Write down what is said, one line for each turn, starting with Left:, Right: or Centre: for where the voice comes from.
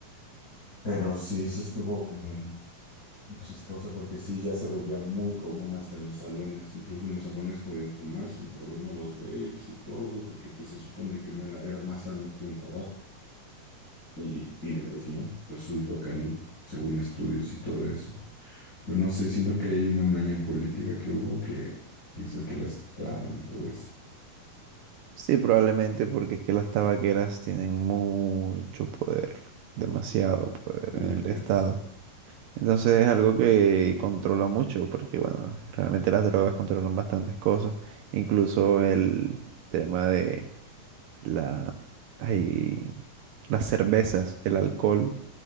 Left: Pero sí, sí estuvo como. Chistoso porque sí, ya se volvía muy común hasta en los salones. Incluso en los salones podían fumar sin problema los vapes y todo, porque pues se supone que no era, era más sano que un tabaco. Y, y pues no, resultó que no, según estudios y todo eso. Pero no sé, siento que hay una maña política que hubo que, que hizo que las quitaran y todo eso.
Right: Sí, probablemente porque es que las tabaqueras tienen mucho poder, demasiado poder
Left: Es-
Right: en el estado. Entonces es algo que controla mucho, porque bueno, realmente las drogas controlan bastantes cosas, incluso el tema de la, ay, las cervezas, el alcohol,